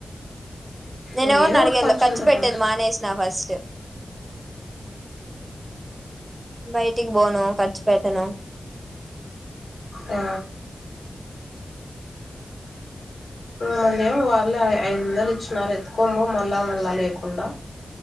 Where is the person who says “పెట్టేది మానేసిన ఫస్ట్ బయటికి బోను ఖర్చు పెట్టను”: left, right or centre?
Right